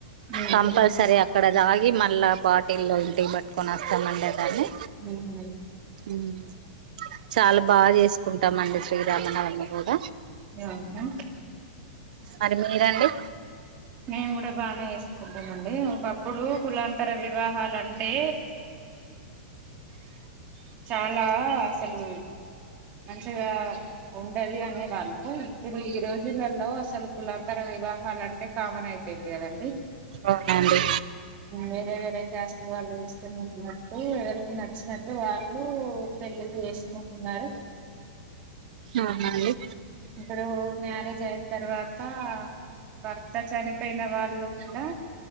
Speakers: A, on the right; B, on the right.
A: మ్మ్
B: కంపల్సరీ అక్కడ రాగి మల్బట్ ఇల్ల్లో ఇంటికి పట్టుకొని వస్తామండడి దాన్ని
A: హ
B: మ్ చాలా బాగా చేసుకుంటామండి శ్రీరామన అన్న కూద
A: అవునా
B: మరి మీరండి
A: మేము కూడా బాగానే చేసుకుంటామండి మా పాప ఇప్పుడు కులాంతర వివాహాలంటే చాలా మ్ అసలు మంచిగా ఉండది అనే వాళ్ళు ఇప్పుడు ఈ రోజులలో అసలు కులాంతర వివాహాలంటే కామన్ అయిపోయింది కదండి
B: అవునండి
A: వేరే వేరే చేస్త వాళ్ళు ఇస్తున్నన్నట్టు ఎవరి నచ్చినట్టు వాళ్ళు పెళ్ళిళ్లు వేసుకుంటున్నారు ఉమ్
B: అవునండి
A: ఇప్పుడు మ్యారేజ్ అయి తర్వాత భర్త చనిపోయిన వాళ్ళు కూడా